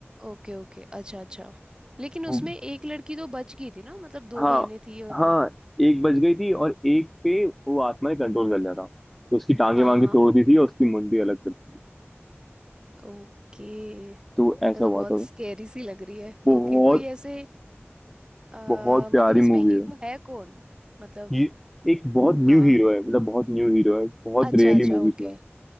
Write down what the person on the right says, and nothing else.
ओके ओके अच्छा अच्छा लेकिन उसमें
एक लड़की तो बच गई थी ना मतलब दो
बहनें थी और
एक-
हाँ
हाँ
ओके
ये तो
बहुत
स्केरी सी लग रही है
ओके कोई ऐसे आ,
मतलब इसमें
हीरो
है कौन मतलब
हाँ
अच्छा
अच्छा
ओके